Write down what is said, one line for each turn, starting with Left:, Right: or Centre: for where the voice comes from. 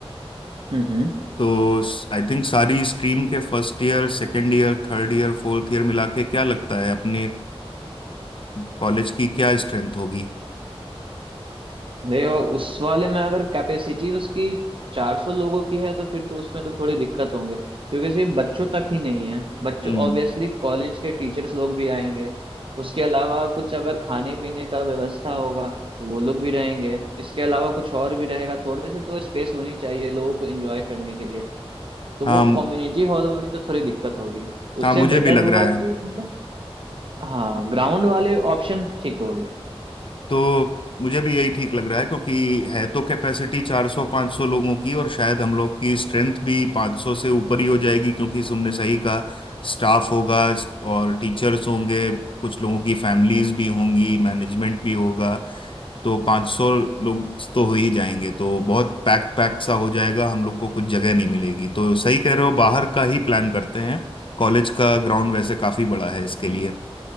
Right: हम्म
Left: तो आई थिंक सारी स्ट्रीम के first year second year third year fourth year मिला के क्या लगता है अपने कॉलेज की क्या स्ट्रेंथ होगी
Right: देखो उस वाले में अगर कैपेसिटी उसकी 400 लोगों की है तो फिर तो उसमें तो थोड़ी दिक्कत होंगे क्योंकि सिर्फ बच्चों तक ही नहीं है बच्चों
Left: हम्म
Right: ऑब्वियसली कॉलेज के टीचर्स लोग भी आएंगे उसके अलावा कुछ अगर खाने पीने का व्यवस्था होगा तो वो लोग भी रहेंगे इसके अलावा कुछ और भी रहेगा थोड़े से तो स्पेस होनी चाहिए लोगों को एंजॉय करने के लिए तो
Left: हाँ
Right: वो कम्युनिटी हॉल वाली तो थोड़ी दिक्कत होगी
Left: हाँ
Right: उससे
Left: मुझे
Right: बेटर
Left: भी लग
Right: होगा
Left: रहा
Right: कि
Left: है
Right: मतलब हाँ ग्राउंड वाले ऑप्शन ठीक होगी
Left: तो मुझे भी यही ठीक लग रहा है क्योंकि है तो कैपेसिटी 400 500 लोगों की और शायद हम लोग की स्ट्रेंथ भी 500 से ऊपर ही हो जाएगी क्योंकि तुमने सही कहा स्टाफ होगा और टीचर्स होंगे कुछ लोगों की फैमिलीज भी होंगी मैनेजमेंट भी होगा तो 500 लोग तो हो ही जाएंगे तो बहुत पैक पैक सा हो जाएगा हम लोग को कुछ जगह नहीं मिलेगी तो सही कह रहे हो बाहर का ही प्लान करते हैं कॉलेज का ग्राउंड वैसे काफी बड़ा है इसके लिए